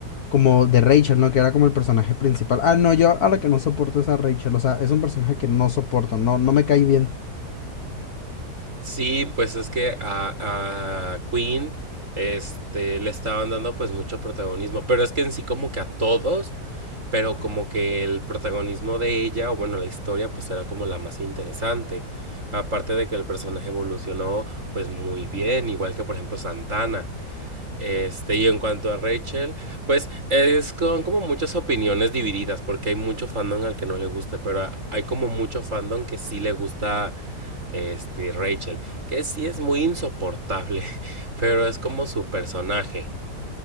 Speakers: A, on the left (about 65°); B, on the right (about 45°).
A: como de Rachel, ¿no? Que era como el personaje principal. Ah, no, yo a la que no soporto es a Rachel, o sea, es un personaje que no soporto, no, no me cae bien.
B: Sí, pues es que a, a Queen este, le estaban dando pues mucho protagonismo, pero es que en sí como que a todos, pero como que el protagonismo de ella, o bueno, la historia pues era como la más interesante. Aparte de que el personaje evolucionó pues muy bien, igual que por ejemplo Santana. Este, y en cuanto a Rachel, pues es con como muchas opiniones divididas, porque hay mucho fandom al que no le gusta, pero a- hay como mucho fandom que sí le gusta este Rachel, que sí es muy insoportable, <laughs> pero es como su personaje.